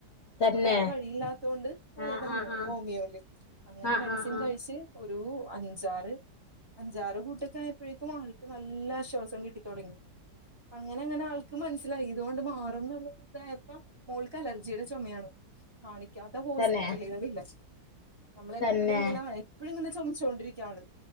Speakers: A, on the left; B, on the right.
A: തന്നെ
B: അപ്പൊ വേറെ വഴിയില്ലാത്തോണ്ട് പോയതാണ്
A: ആഹ് ആഹ് ആഹ്
B: ഹോമിയോയില് അങ്ങനെ
A: ആഹ്
B: മെഡിസിൻ
A: ആഹ് ആഹ്
B: കഴിച്ച് ഒരൂ അഞ്ചാറ് അഞ്ചാറ് കൂട്ടക്കെ ആയപ്പഴേക്കും ആൾക്ക് നല്ല ആശ്വാസം കിട്ടി തുടങ്ങി അങ്ങനങ്ങന ആൾക്ക് മനസ്സിലായി ഇതുകൊണ്ട് മാറുംന്നുള്ള ഒരു ഇതായപ്പ മോൾക്ക് അലർജിയുടെ ചുമയാണ് കാണിക്കാത്ത ഹോസ്പിറ്റലുകളില്ല
A: തന്നെ
B: നമ്മളെപ്പളും
A: തന്നെ
B: ഇങ്ങന എപ്പഴും ഇങ്ങന ചൊമച്ചോണ്ടിരിക്കും അവള്